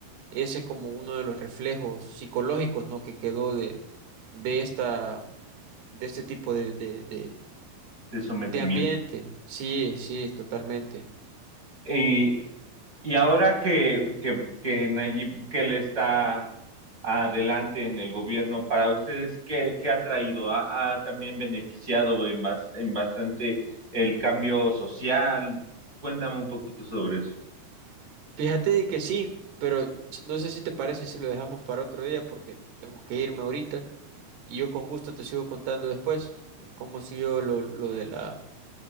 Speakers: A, on the right (about 75°); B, on the right (about 25°).
A: ese es como uno de los reflejos psicológicos, ¿no? que quedó de, de esta, de este tipo de, de, de,
B: de sometimiento.
A: de ambiente. Sí, sí, totalmente.
B: Y, y ahora que, que, que Nayib Bukele está adelante en el gobierno, para ustedes, ¿qué, qué ha traído? ¿Ha, ha también beneficiado en, bas- en bastante el cambio social? Cuéntame un poquito sobre eso.
A: Fíjate de que sí, pero ch- no sé si te parece si lo dejamos para otro día porque tengo que irme ahorita y yo con gusto te sigo contando después eh, cómo siguió lo, lo de la